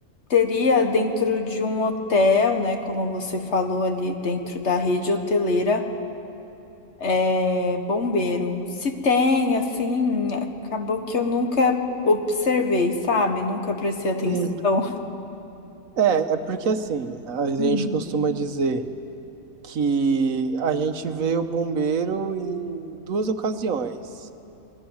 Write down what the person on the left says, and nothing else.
teria dentro de um hotel, né? Como você falou ali, dentro da rede hoteleira, é, bombeiro. Se tem, assim, acabou que eu nunca observei, sabe? Nunca prestei atenção.
Hum.